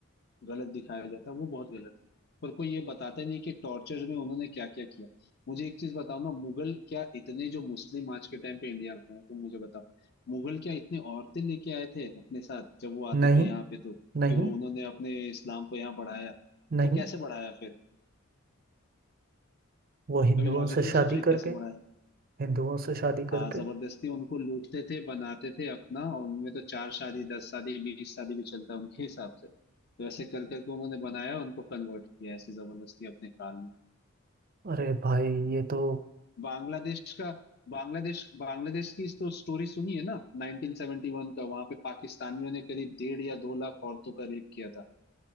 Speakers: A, on the left; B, on the right.
A: गलत दिखाया जाता है वो बहुत गलत है पर कोई ये बताता ही नहीं कि टॉर्चर में उन्होंने क्या क्या किया मुझे एक चीज बताओ ना मुगल क्या इतने जो मुस्लिम आज के टाइम पे इंडिया में है तुम मुझे बताओ मुगल क्या इतने औरतें लेके आए थे अपने साथ जब वो
B: नहीं
A: आते थे यहाँ पे तो
B: नहीं
A: कि वो उन्होंने अपने इस्लाम को यहाँ बढ़ाया
B: नहीं
A: तो कैसे बढ़ाया फिर
B: वो हिंदुओं
A: कभी लॉजिकली
B: से शादी
A: सोचा है
B: करके
A: कैसे बढ़ाया
B: हिंदुओं से शादी
A: हाँ
B: करके
A: जबरदस्ती उनको लूटते थे बनाते थे अपना और उनमें तो चार शादी दस शादी बीस शादी भी चलता है उनके हिसाब से तो ऐसे कर करके उन्होंने बनाया उनको कन्वर्ट किया ऐसे जबरदस्ती अपने काल में
B: अरे भाई ये तो
A: बांग्लादेश का बांग्लादेश बांग्लादेश की तो स्टोरी सुनी है ना 1971 का वहां पे पाकिस्तानियों ने करीब डेढ़ या दो लाख औरतों का रेप किया था